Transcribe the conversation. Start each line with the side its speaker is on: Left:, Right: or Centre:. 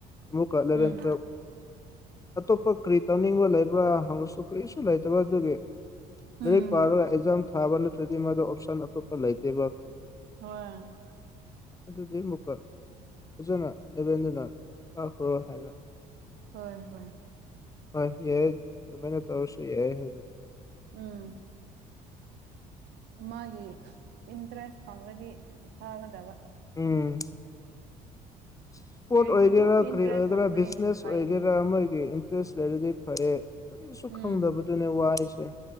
Left: ꯑꯃꯨꯛꯀ ꯑꯦꯂꯚꯦꯟ
Right: ꯎꯝ
Left: ꯇꯨꯋꯞ ꯑꯇꯣꯞꯄ ꯀꯔꯤ ꯇꯧ ꯍꯥꯏꯅꯤꯡꯕ ꯂꯩꯕ꯭ꯔꯥ ꯍꯧꯅꯁꯨ ꯀꯔꯤꯁꯨ ꯂꯩꯇꯕ ꯑꯗꯨꯒꯤ
Right: ꯎꯝ
Left: ꯂꯔꯤ ꯄꯥꯔ ꯑꯦꯛꯖꯝ ꯊꯥꯕꯅ ꯇꯦꯔꯤ ꯑꯣꯞꯁꯟ ꯂꯩꯇꯦꯕ
Right: ꯍꯣꯏ
Left: ꯑꯗꯨꯗꯤ ꯑꯃꯨꯛꯀ ꯐꯖꯅ ꯂꯦꯕꯦꯟꯗꯨꯅ ꯀꯥꯈ꯭ꯔꯣ ꯍꯥꯏꯅ
Right: ꯍꯣꯏ ꯍꯣꯏ
Left: ꯑꯣꯏ ꯌꯥꯏ ꯑꯗꯨꯃꯥꯏꯅ ꯇꯧꯔꯁꯨ ꯌꯥꯏ ꯑꯗꯨꯗꯤ
Right: ꯎꯝ ꯃꯥꯒꯤ ꯏꯟꯇꯔꯦꯁ ꯐꯪꯕꯗꯤ ꯐꯒꯗꯕ
Left: ꯎꯝ ꯏꯁꯄꯣꯔꯠ
Right: ꯑꯩꯁꯨ
Left: ꯑꯣꯏꯒꯦꯔꯥ
Right: ꯑꯗꯨꯝ
Left: ꯀ
Right: ꯏꯟꯇꯔꯦꯁ
Left: ꯑꯣꯏꯒꯦꯔꯥ
Right: ꯍꯪꯕꯅꯦ
Left: ꯕꯤꯖꯤꯅꯦꯁ
Right: ꯍꯥꯏꯗꯤ
Left: ꯑꯣꯏꯒꯦꯔꯥ ꯑꯃꯒꯤ ꯏꯟꯇꯔꯦꯁ ꯂꯩꯔꯗꯤ ꯐꯩꯌꯦ ꯀꯔꯤꯁꯨ ꯈꯪꯗꯕꯗꯨꯅꯦ
Right: ꯎꯝ
Left: ꯋꯥ ꯍꯥꯏꯁꯦ